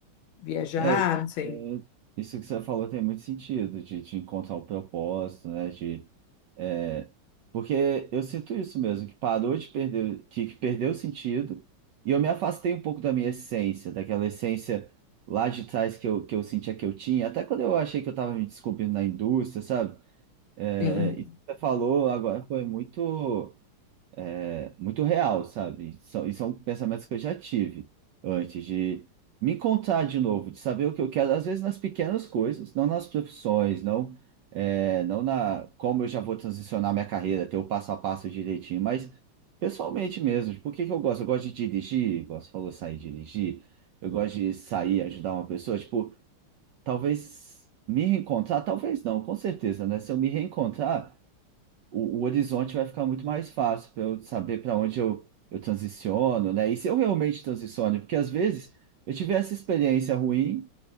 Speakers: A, on the left; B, on the right.
A: viajar,
B: É, isso
A: não sei.
B: é- isso que você falou tem muito sentido, de, de encontrar o propósito, né? De, é, porque eu sinto isso mesmo, que parou de perder, que, que perdeu o sentido, e eu me afastei um pouco da minha essência, daquela essência lá de trás que eu, que eu sentia que eu tinha, até quando eu achei que eu estava me descobrindo na indústria, sabe? É,
A: Sim.
B: isso que você falou agora foi muito, é, muito real, sabe? São, e são pensamentos que eu já tive antes de me encontrar de novo, de saber o que eu quero, às vezes nas pequenas coisas, não nas profissões, não, é, não na como eu já vou transicionar minha carreira, ter o passo a passo direitinho, mas pessoalmente mesmo, por que que eu gosto? Eu gosto de dirigir, igual você falou, sair e dirigir, eu gosto de sair, ajudar uma pessoa, tipo, talvez me reencontrar, talvez não, com certeza, né? Se eu me reencontrar o, o horizonte vai ficar muito mais fácil para eu saber para onde eu, eu transiciono, né? E se eu realmente transiciono, porque às vezes eu tive essa experiência ruim,